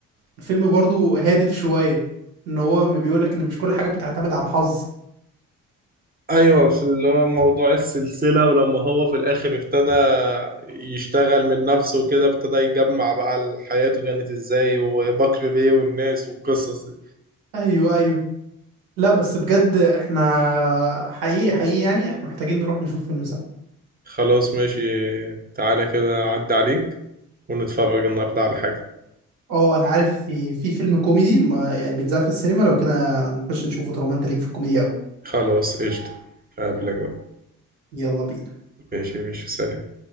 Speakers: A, on the right (about 85°); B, on the right (about 25°).
A: الفيلم برضو هادف شوية ان هو ما بيقولك ان مش كل حاجة بتعتمد على الحظ
B: ايوه في اللي هو موضوع السلسله ولما هو في الاخر ابتدى يشتغل من نفسه وكده ابتدى يجمع بقى حياته كانت ازاي وبكر بيه والناس والقصص دي
A: ايوه ايوه لا بس بجد احنا حقيقي حقيقي يعني احنا محتاجين نروح نشوف فيلم سوا
B: خلاص ماشي تعالى كده عدي عليك ونتفرج النهارده على حاجه
A: اه انا عارف في في فيلم كوميدي ما يعني بيتذاع في السينما لو كده نخش نشوفه طالما انت ليك في الكوميدي قوي
B: خلاص قشطه اقابلك بقى
A: يلا بينا
B: ماشي ماشي سلام